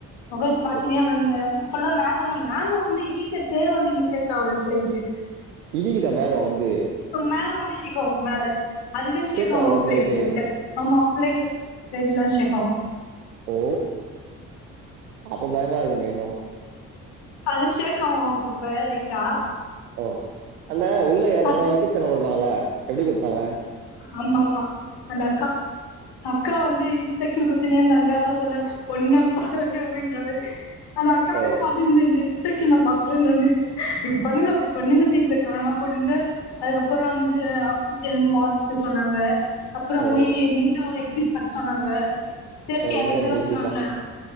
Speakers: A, on the left (about 60°); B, on the right (about 80°).
A: உகான்ஞு பாத்தினே
B: ஓ
A: வந்த ஃபுல்லா மேகந்த மேங்க வந்து இடிக்கிறதே வந்து இங்கிஷேக் ஆவ் ப்ளைட்டு
B: இடிகிதா மேக வந்து
A: மேக வந்து இடிக்கு மேல அதுவே சேக்
B: ஷேக்
A: ஆகு
B: ஆவுதா ஃப்ளைட்டு
A: ப்ளைட் லைட்ட ஆமா பிளே ப்ளைட்ல சேக் ஆவு
B: ஓ அப்ப பயமா இருக்குமே இன்னு
A: அது சேக் ஆவு அப்பப்ப லைட்டா
B: ஓ அந்த உள்ள ஏர்னோன்ன
A: அப்போ
B: இன்செக்ஷன் கொடுப்பாங்கள எப்டி கொட்த்தாங்க
A: ஆம்மாமா அந்த அக்கா அக்கா வந்து இன்ஸ்ட்ரக்ஷன் குத்தினேந்துங்க தா சொல்றே பொண்ணப்பாரு அப்படின்றவர்ரு அந்த அக்காவே
B: ஓ
A: பாத்தி <unintelligible> இன்ஸ்ட்ரக்ஷன பாக்கல நானு இப்ண்ணுங்க அப்பண்ணுங்க சீட் பெட்மா போடுங்க அதுக்கப்புற வந்து ஆக்சிஜன் மாஸ்க் சொன்னாங்க அப்புறோ
B: ஓ
A: வந்து விண்டோ எக்ஸிட் பத் சொன்னாங்க சேப்டி அந்த
B: எமர்ஜென்சி
A: இதுல்லா
B: எக்ஸிட்டா
A: சொல்லுவாங்களா